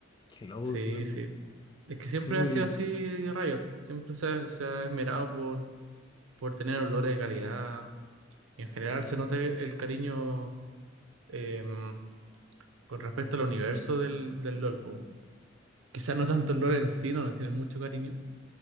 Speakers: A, on the left (about 25°); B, on the right (about 85°).
A: Qué loco,
B: Sí,
A: qué loco.
B: sí. Es que siempre
A: Sí, y-
B: ha sido así Riot. Siempre se, ha se ha esmerado por, por tener olores de calidad En general se nota el cariño em, con respecto al universo del, del LOL. po. Quizás no tanto el LOL en sí, no le tiene mucho cariño,